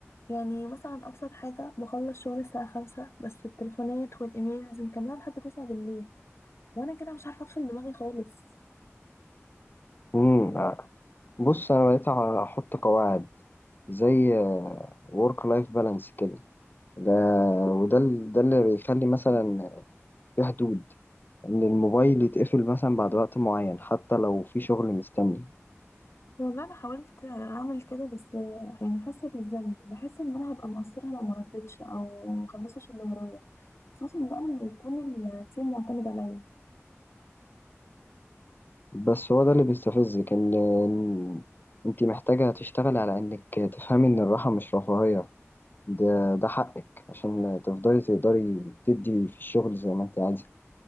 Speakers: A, on the left; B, on the left.
A: يعني مثلا ابسط حاجة بخلص شغل الساعة خمسة بس التليفونات والايميلز مكملة لحد تسعة بالليل وانا كده مش عارفة افصل دماغي خالص
B: امم آه. بص انا بقيت احط قواعد زي ورك لايف بالانس كده ده وده ال- ده اللي بيخلي مثلا في حدود ان الموبايل يتقفل مثلا بعد وقت معين حتى لو في شغل مستني
A: والله انا حاولت اعمل كده بس يعني حاسة بالذنب بحس ان انا هبقى مقصرة لو مردتش او مخلصش اللي ورايا خصوصا بقى لما يكون التيم معتمد عليا
B: بس هو ده اللي بيستفزك ان إن انت محتاجة تشتغل على انك تفهمي ان الراحة مش رفاهية ده ده حقك عشان تفضلي تقدري تدي في الشغل زي ما انت عايزة